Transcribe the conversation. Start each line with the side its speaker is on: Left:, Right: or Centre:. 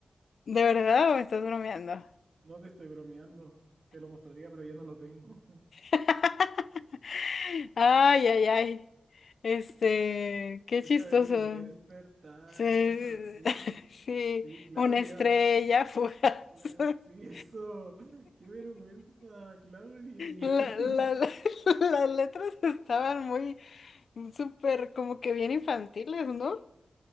Left: ¿De verdad o me estás bromeando?
Right: No te estoy bromeando. Te lo mostraría, pero ya no lo tengo. <laughs>
Left: <laughs> Ay, ay, ay. Este, qué
Right: Esa
Left: chistoso.
Right: vez sin despertar,
Left: Sí, <laughs>
Right: ni es así.
Left: sí,
Right: Sí, Claudia,
Left: una estrella
Right: sí,
Left: fugaz.
Right: pues,
Left: <laughs>
Right: sí, eso. <laughs> Qué vergüenza, Claudia. Y-
Left: La-
Right: <laughs>
Left: la- la- <laughs> las letras estaban muy, súper, como que bien infantiles, ¿no?